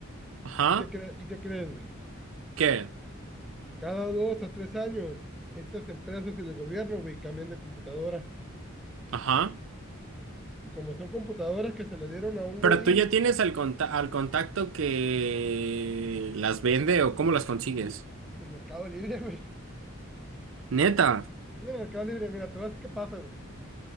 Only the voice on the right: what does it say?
ajá.
¿Qué?
Ajá.
Pero
tú ya tienes al conta- al contacto que las vende o cómo las consigues.
Neta.